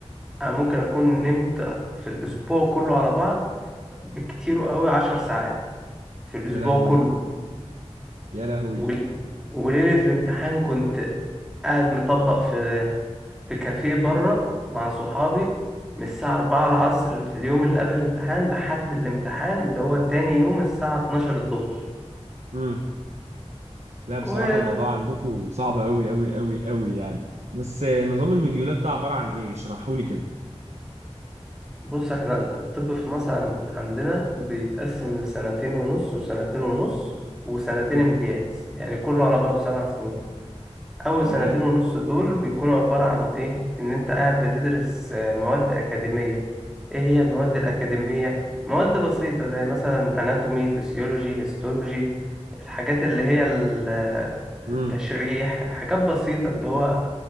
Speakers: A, in the centre; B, on the right.
A: أنا ممكن أكون نمت في الأسبوع كله على بعض بكتير قوي عشر ساعات في الأسبوع
B: يا لهوي
A: كله
B: يا لهوي
A: وال... وليلة الامتحان كنت قاعد مطبق في في كافيه بره مع صحابي من الساعة 4 العصر اليوم اللي قبل الامتحان لحد الامتحان اللي هو تاني يوم الساعة 12 الظهر
B: امم لا
A: والح-
B: بصراحه الموضوع عندكم صعب قوي قوي قوي قوي يعني بس آه، نظام المديولات ده عباره عن ايه اشرحوا لي كده
A: بص احنا الطب في مصر عن- عندنا بيتقسم لسنتين ونص وسنتين ونص وسنتين
B: امم
A: امتياز يعني كله على بعضه سبع سنين أول
B: تمام
A: سنتين ونص دول بيكونوا عبارة عن إيه؟ إن أنت قاعد بتدرس آه، مواد أكاديمية، إيه هي المواد الأكاديمية؟ مواد بسيطة زي مثلا أناتومي، فسيولوجي، هيستولوجي، الحاجات اللي هي ال- آه،
B: امم
A: التشريح، حاجات بسيطة اللي هو